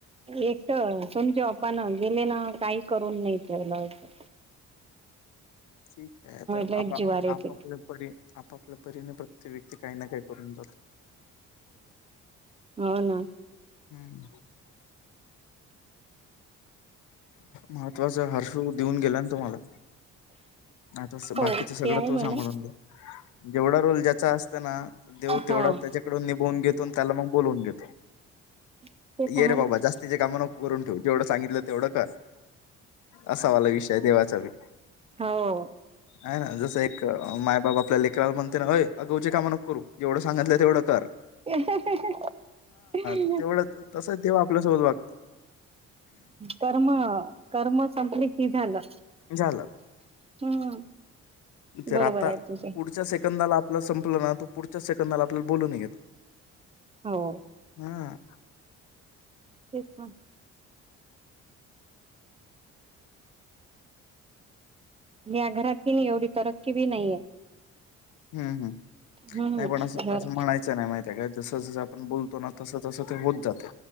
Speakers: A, on the right (about 20°); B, on the left (about 75°).
A: एक तर समच्या. पण, जमिनं काही करून नाही ठेवलं असं.
B: ठीक आहे. तर
A: लयच
B: आपा-आपापले.
A: जीवार येते
B: तरी आपापल्या परीने प्रत्येक व्यक्ती काही ना काय करून जातो.
A: हो ना.
B: हुंम.. महत्त्वाचा हर्षु देऊन गेला ना तुम्हाला. आता
A: हो
B: बाकीच सगळं
A: ते आहे
B: तो
A: म्हणा
B: सांभाळून घेतो जेवढा रोल ज्याचा असत ना देव तेवढा
A: हो
B: त्याच्याकडून निभवून घेतो आणि त्याला मग बोलवून घेतो.
A: ते
B: ये
A: तर
B: रे
A: आहेच.
B: बाबा जास्तीचे काम नको करून ठेवू जेवढं सांगितलं तेवढं कर. असा वाला विषय देवाचा बी.
A: हो
B: आहे ना जसं एक मायबाबा आपल्या लेकराला म्हणते ना अय अगावचे काम नको करू जेवढं सांगितलं तेवढं कर.
A: <unintelligible>
B: तेवढंच. तसंच, देव आपल्यासोबत वागतेय.
A: कर्म, कर्म संपले की झालं.
B: झालं.
A: हम्म.
B: जर,
A: बरोबर
B: आता
A: आहे तुझे
B: पुढच्या सेकंदाला आपलं संपलं ना तर. पुढच्या सेकंदला आपल्याला बोलून घेत
A: हो
B: हमम.
A: Yes ma'am. मी या घरातील बी एवढी तरक्की बी नाहीये.
B: हम्म. हम्म.
A: हम्म
B: नाही पण, असं,
A: घर
B: असं म्हणायचं. च नाही माहितीय आहे का जस जस आपण बोलतो ना तस तसं ते होत जात.